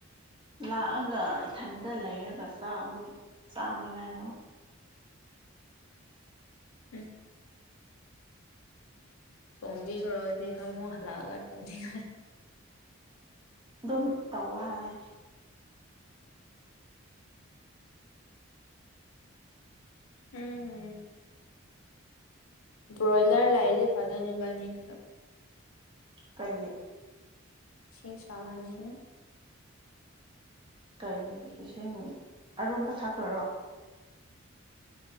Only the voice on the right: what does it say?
ꯂꯥꯛꯑꯒꯥ ꯏꯊꯟꯇꯥ ꯂꯩꯔꯒꯥ ꯆꯥꯛ ꯑꯃꯨꯛ ꯆꯥꯅꯤꯡꯉꯥꯏꯗꯣ
ꯑꯗꯨꯝ ꯇꯧꯋꯦ ꯍꯥꯏꯌꯦ
ꯀꯩꯒꯤ
ꯀꯩꯒꯤ ꯏꯁꯤꯡ ꯑꯔꯨꯝꯕ ꯊꯛꯇꯣꯏꯔꯣ